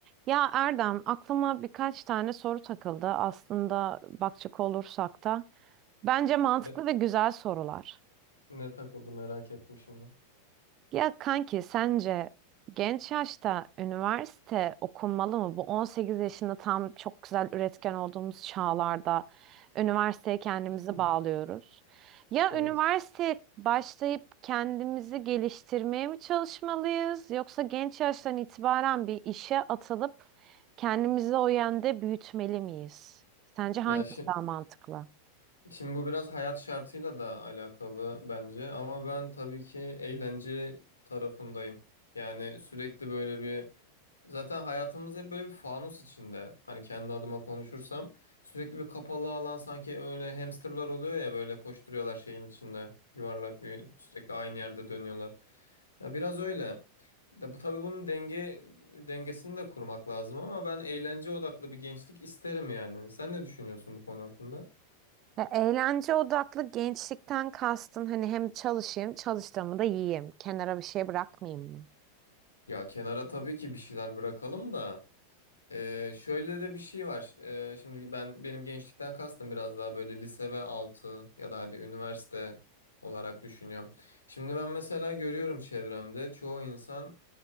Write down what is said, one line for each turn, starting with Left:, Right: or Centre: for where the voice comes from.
Right: Ya Erdem, aklıma birkaç tane soru takıldı. Aslında bakacak olursak da bence mantıklı
Left: Ne,
Right: ve güzel sorular.
Left: ne takıldı merak ettim şimdi.
Right: Ya kanki sence genç yaşta üniversite okunmalı mı? Bu 18 yaşında tam çok güzel üretken olduğumuz çağlarda üniversiteye kendimizi
Left: <clears throat>
Right: bağlıyoruz. Ya
Left: Evet.
Right: üniversiteye başlayıp kendimizi geliştirmeye mi çalışmalıyız yoksa genç yaştan itibaren bir işe atılıp kendimizi o yönde büyütmeli miyiz? Sence hangisi
Left: Ya şi-
Right: daha mantıklı?
Left: Şimdi bu biraz hayat şartıyla da alakalı bence ama ben tabii ki eğlence tarafındayım. Yani sürekli böyle bir zaten hayatımız hep böyle bir fanus içinde. Hani kendi adıma konuşursam sürekli bir kapalı alan sanki öyle hamsterlar oluyor ya böyle koşturuyorlar şeyin içinde. Yuvarlak bir sürekli aynı yerde dönüyorlar. Ya biraz öyle. da bu tabii bunun denge dengesini de kurmak lazım ama ben eğlence odaklı bir gençlik isterim yani. Sen ne düşünüyorsun bu konu hakkında?
Right: Ya, eğlence odaklı gençlikten kastın hani hem çalışayım, çalıştığımı da yiyeyim. Kenara bir şey bırakmayayım mı?
Left: Ya kenara tabii ki bir şeyler bırakalım da. Ee, şöyle de bir şey var. Ee, şimdi ben benim gençlikten kastım biraz daha böyle lise ve altı ya da hadi üniversite olarak düşünüyorum. Şimdi ben mesela görüyorum çevremde çoğu insan